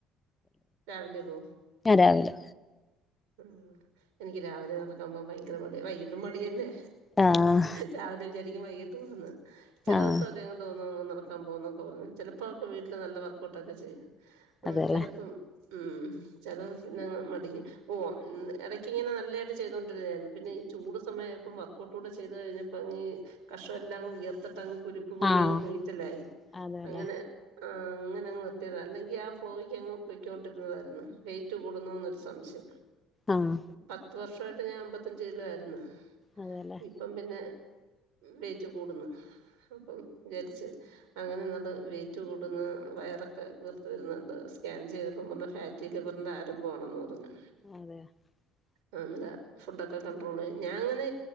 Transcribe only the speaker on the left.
രാവിലെ
ആഹ്
ആഹ്
അതെല്ലേ
ആഹ്
അതെല്ലേ
ആഹ്
അതെല്ലേ
<inaudible>